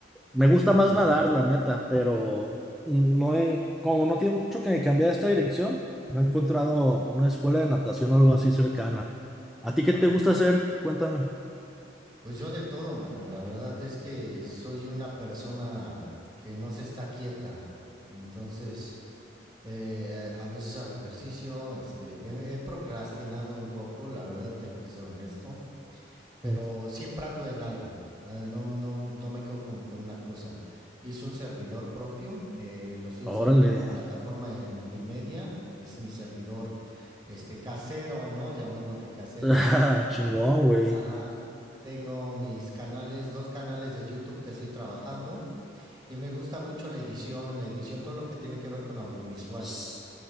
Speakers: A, in the centre; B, on the right.
A: Me gusta
B: Comprando.
A: más nadar, la neta, pero no he, como no tiene mucho que cambiar esta dirección, no he encontrado una escuela de natación o algo así cercana. ¿A ti qué
B: Ah,
A: te
B: Ok.
A: gusta hacer? Cuéntame.
B: Pues yo de todo, mano. La verdad es que soy una persona que no se está quieta. Entonces, eh, a a veces hago ejercicio. Este, he, he procrastinado un poco, la verdad tengo que ser honesto. pero
A: Mm.
B: siempre ando en algo. Eh, No, no, no me quedo como que en una cosa. Hice un servidor propio, eh, lo estoy
A: Órale.
B: usando como plataforma de multimedia. Es mi servidor este casero, ¿no? Llamémosle casero.
A: <laughs> Chingón, güey.
B: Ajá. Tengo mis canales, dos canales de YouTube que estoy trabajando. Y me gusta mucho la edición, la edición, todo lo que tiene que ver con audiovisual.
A: Ps,